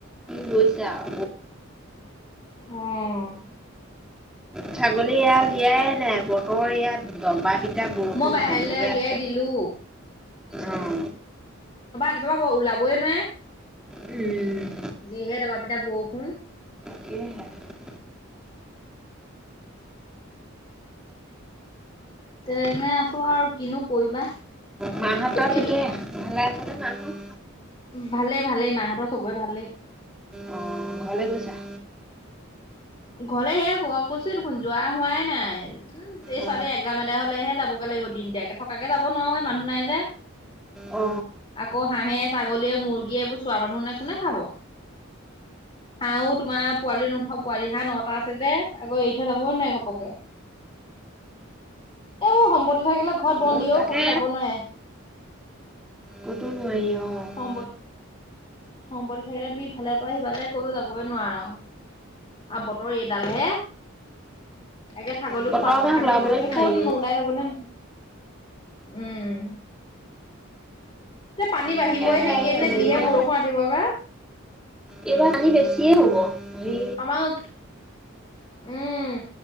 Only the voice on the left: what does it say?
অ'।
মই বাহিৰলৈ
উলিয়াই
দিলো
কিবা পাব ওলাবয়ে নোৱাৰে।
যি হে দবাপিতা বৰষুণ
তেনে তেনে আছো আৰু কিনো কৰিবা
এইবাৰ
ভালেই ভালেই মাহঁতৰ সবৰে ভালেই।
ঘৰলে সেয়া আকৌ কৈছো দেখোন যোৱা হোৱাই নাই উম এই
ছোৱালী একদাম এদাই হলেহে যাবগে লাগিব দিনটিয়াকে থকাকে যাব নোৱাৰো এই মানুহ নাই যে
আকৌ হাঁহে ছাগলীয়ে মুৰ্গী এইবোৰ চোৱা মানুহ নাই কোনে চাব হাঁহো তোমাৰ পোৱালি অনুভৱ। পোৱালি হাঁহ নটা আছে যে আকৌ এৰি থৈ যাবই নোৱাৰাই ঘপকে এইবোৰ সম্পত্তি থাকিলে ৰত বন্দীও
কো যাব নোৱাৰে।
সম্প সম্পত্তি থাকিলে তুমি ইফালে পৰা সিফালে কতো যাবই নোৱাৰা। আৰু বতৰ এইডাল হে এগে ছাগলীকো
পাত চাত
কাটি
দিব লাগে
ক'ত নো
ওলাই যাবলৈ। উম এ পানী বাঢ়িবই
নেকি? কি এনেে
যহে বৰষুণ ৰাতিপুৱা পৰা।
আমাক উম,